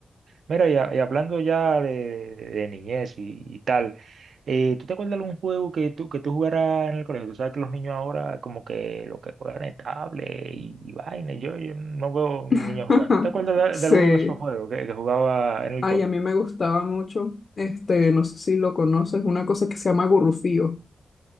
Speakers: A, on the right; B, on the left.
A: Mira, y, a- y hablando ya de, de niñez y, y tal, eh, ¿tú te acuerdas de algún juego que tú, que tú jugaras en el colegio? Tú sabes que los niños ahora como que lo que juegan es tablet y, y vaina. Yo, yo no veo niños
B: <laughs>
A: jugando. ¿Te acuerdas
B: Sí.
A: de, de alguno de esos juegos que, que jugaba en el
B: Ay,
A: colegio?
B: a mí me gustaba mucho, este, no sé si lo conoces, una cosa que se llama gurrufío.